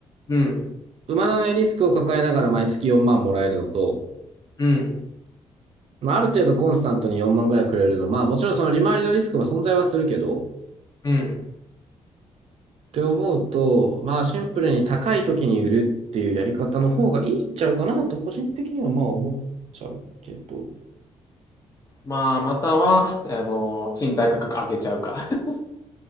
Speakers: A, on the left (about 30°); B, on the right (about 60°).
A: うん、
B: 埋まらないリスクを抱えながら毎月4万もらえるのと、
A: うん、
B: まあある程度コンスタントに4万ぐらいくれるの、まあもちろんその利回りのリスクは存在はするけど、っ
A: うん。
B: て思うと、まあシンプルに高い時に売るっていうやり方の方がいいんちゃうかなと個人的にはまあ思っちゃうけど。
A: まあ、または、あの賃貸価格上げちゃうか。<laughs>